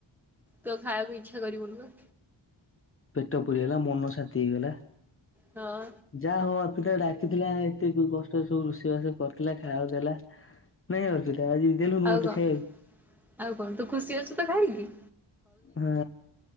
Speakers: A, in the centre; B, on the left.
A: ତୁ ଆଉ ଖାଇଆକୁ ଇଚ୍ଛା କରିବୁନୁ ବା।
B: ପେଟ ପୁରିଗଲା ମନ ଶାନ୍ତି ହେଇଗଲା।
A: ହଁ।
B: ଯା ହଉ ଅର୍ପିତ ଡାକିଥିଲା ଏତେକୁ କଷ୍ଟରେ ସବୁ ରୁଷେଇବାସ କରିଥିଲା ଖାଇଆକୁ ଦେଲା। ନାଇଁ ଅର୍ପିତା ଆଜି ଦେଲୁନୁ
A: ଆଉ
B: ମତେ
A: କଣ
B: ଖାଇଆକୁ।
A: ଆଉ କଣ ତୁ ଖୁସି ଅଛୁ ତ ଖାଇିକି।
B: ହଁ